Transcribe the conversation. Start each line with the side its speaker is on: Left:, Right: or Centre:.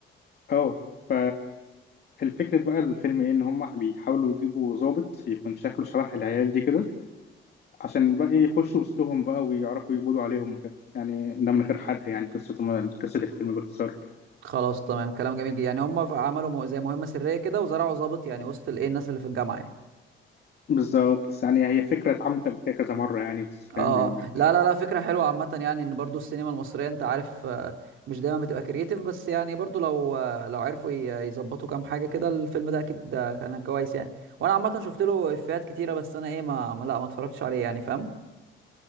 Left: اه ف الفكرة بقى الفيلم ايه ان هم بيحاولوا يجيبوا ضابط يكون شكله شبه العيال دي كده عشان بقى إيه، يخشوا وسطهم بقى ويعرفوا يقبضوا عليهم وكده يعني ده من غير حرق يعني قصة قصة الفيلم باختصار
Right: خلاص تمام كلام جميل جدا يعني هم عملوا مو- زي مهمه سريه كده وزرعوا ضابط يعني وسط الايه الناس اللي في الجامعه يعني
Left: بالظبط يعني هي فكرة اتعملت قبل كده كذا مرة يعني بس فاهم
Right: اه
Left: يعني
Right: آه. لا لا لا فكره حلوه عامه يعني ان برضو السينما المصريه انت عارف آه، مش دايما بتبقى كرييتيف بس يعني برضو لو آه، لو عرفوا ي- يظبطوا كام حاجه كده الفيلم ده اكيد ده كان كويس يعني وانا عامه شفت له افيهات كتيره بس انا ايه ما ما- لا ما اتفرجتش عليه يعني فاهم